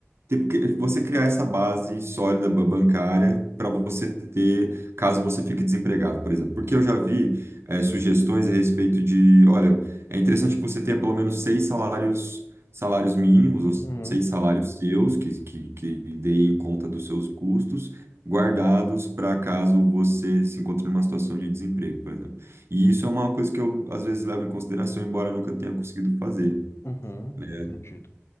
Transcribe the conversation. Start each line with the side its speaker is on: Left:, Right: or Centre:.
Right: ter- porque você criar essa base sólida ba- bancária para você ter, caso você fique desempregado, por exemplo? Porque eu já vi,
Left: entendi.
Right: é, sugestões a respeito de, olha, é interessante que você tenha pelo menos seis salários, salários mínimos, ou
Left: Uhum,
Right: seis salários seus, que, que, que deem conta dos seus custos guardados para caso você se encontre numa situação de desemprego, por exemplo. E isso é uma coisa que eu às vezes levo em consideração, embora eu nunca tenha conseguido fazer.
Left: uhum,
Right: né?
Left: entendido.